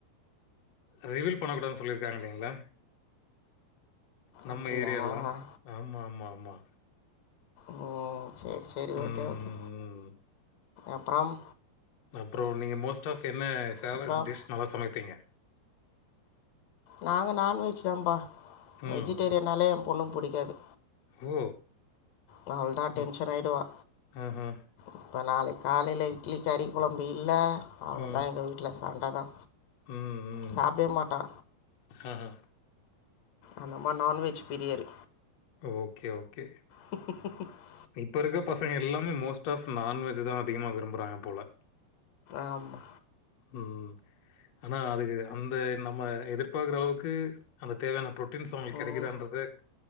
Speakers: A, on the left; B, on the left.
A: ரிவில் பண்ணக்கூடாதுன் சொல்லிருக்காங்க இல்லைங்ளா நம்ம
B: அப்படியா
A: ஏரியால்லா ஆமா ஆமா ஆமா
B: ம் செரி செரி
A: ம்,
B: ஓகே
A: ம்,
B: ஓகே அப்றம்
A: அப்ற நீங்க மோஸ்ட் ஆஃப் என்ன பேவரட்
B: அப்புறம்
A: டிஷ் நல்லா சமைப்பீங்க
B: நாங்க நான்வெஜ் தான்ம்பா
A: ம்.
B: வெஜிடேரியன்னாலே எ பொண்ணுக்கு புடிக்காது
A: ஓ
B: நா அழுதா டென்ஷன்
A: ம்.
B: ஆயிடுவா
A: ஆஹா.
B: இப்ப நாளைக் காலையில இட்லிக் கறி கொழம்பு இல்ல அவ்ளதா
A: ம்.
B: எங்க வீட்ல சண்டதா
A: ம். ம்.
B: சாப்டவே மாட்டா
A: ஆஹா.
B: அந்தம்மா நான்வெஜ் பிரியர்
A: ஓகே ஓகே
B: கிக்கு கிக்கு <inaudible>
A: இப்ப இருக்ற பசங்க எல்லாமே மோஸ்ட் ஆஃப் நான்வெஜ்தா அதிகமா விரும்புறாங்க போல
B: ஆம்மா
A: ம் ஆனா அதுக்கு அந்த நம்ம எதிர்ப் பாக்கற அளவுக்கு அந்த தேவையான பு்ரோட்டீன்ஸ் அவுங்குளுக்
B: ம்
A: கெடைக்குதான்றது